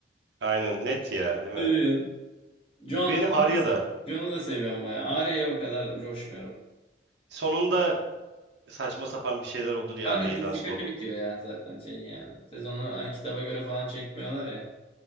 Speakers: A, on the right (about 65°); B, on the left (about 30°).
A: Aynen net ya
B: <laughs>
A: değil
B: Tyrion.
A: mi?
B: Jon,
A: Benim
B: Jon'u
A: Arya
B: da, se-
A: da
B: Jon'u da seviyorum bayağı. Arya'ya o kadar coşmuyorum.
A: sonunda saçma sapan bir şeyler oldu diye
B: Kanka
A: Arya'dan
B: dizi
A: sordum.
B: kötü bitiyor ya zaten şey yani. Sezonu hani kitaba göre falan çekmiyorlar ya.